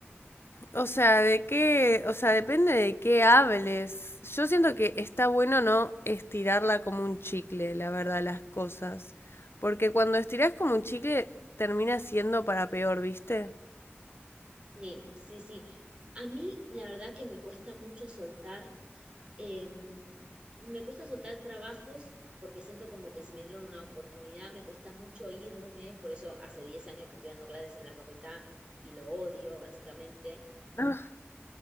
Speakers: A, on the left (about 60°); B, on the right (about 25°).
A: O sea, de qué, o sea, depende de qué hables. Yo siento que está bueno no estirarla como un chicle, la verdad, las cosas. Porque cuando estirás como un chicle, termina siendo para peor, ¿viste?
B: Sí, sí, sí. A mí la verdad que me cuesta mucho soltar, em, me cuesta soltar trabajos porque siento como que si me dieron una oportunidad, me cuesta mucho irme, por eso hace 10 años que estoy dando clases en la facultad y lo odio básicamente.
A: Ah,